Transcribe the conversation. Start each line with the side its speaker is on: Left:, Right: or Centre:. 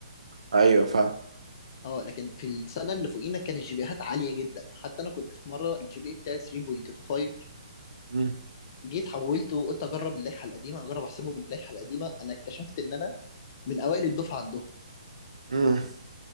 Right: ايوه فاهم
Left: اه لكن في السنه اللي فوقينا كان الجي بيهات عاليه جدا حتى انا كنت في مره الجي بي بتاعي 3.25
Right: مم.
Left: جيت حولته وقلت اجرب اللائحه القديمه اجرب احسبه باللائحه القديمه انا اكتشفت ان انا من اوائل الدفعه عندهم
Right: مم.